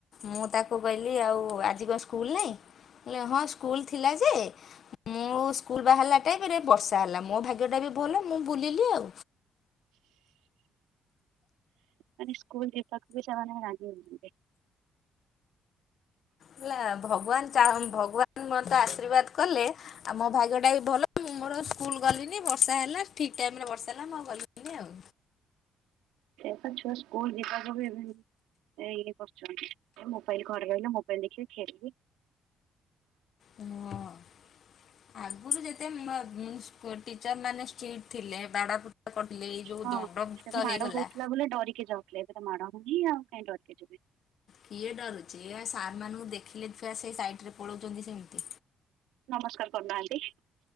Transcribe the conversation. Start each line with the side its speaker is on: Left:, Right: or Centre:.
Left: ମୁଁ ତାକୁ କହିଲି ଆଉ ଆଜି କଣ ସ୍କୁଲ ନାହିଁ ହଁ ସ୍କୁଲ ଥିଲା ଯେ ମୁଁ ସ୍କୁଲ ବାହାରିଲା ଟାଇ ବର୍ଷା ହେଲା ମୋ ଭାଗ୍ୟ ଟା ବି ଭଲ ମୁଁ ବୁଲିଲି ଆଉ।
Right: ମାନେ ସ୍କୁଲ ଯିବାକୁ ବି ରାଜି ହେଉନାହାନ୍ତି।
Left: ହେଲା ଭଗବାନ ଭଗବାନ ମତେ ଆଶୀର୍ବାଦ କଲେ ଆଉ ମୋ ଭାଗ୍ୟ ଟା ବି ଭଲ ମୋର। ସ୍କୁଲ ଗଲିଣିି ବର୍ଷା ହେଲା ଠିକ ଟାଇମ ରେ ବର୍ଷା ହେଲା ମୁଁ ଗଲିି ଆଉ।
Right: ଏ ଛୁଆ ସ୍କୁଲ ଯିବାକୁ ବି ଇଏ କରୁଛନ୍ତି ମୋବାଇଲ ଘରେ ରହିଲେ ମୋବାଇଲ ଦେଖିକି ଖେଳିବି।
Left: ହୁ ଆଗରୁ ଯେତେ ସ୍କୁଲ ଟିଚର ମାନେ ଷ୍ଟ୍ରିଟ୍ ଥିଲେ। ପିଟା କରିଥିଲେ ଏଇ ଯୋଉ
Right: ହଁ
Left: ଦଣ୍ଡ
Right: ସେଟା
Left: ତ
Right: ମାଡ
Left: ହେଇଗଲା
Right: ହଉଥିଲା ବୋଲି ଡରିକି ଯାଉଥିଲେ। ମାଡ ହଉନି ଆଉ କାଇଁ ଡରିକ ଯିବି।
Left: କିଏ ଡରୁଛି ସାର୍ ମାନଙ୍କୁ ଦେଖିଲେ ସେଇ ପଳଉଛନ୍ତି ସେମିତି।
Right: ନମସ୍କାର କରୁନାହାନ୍ତି?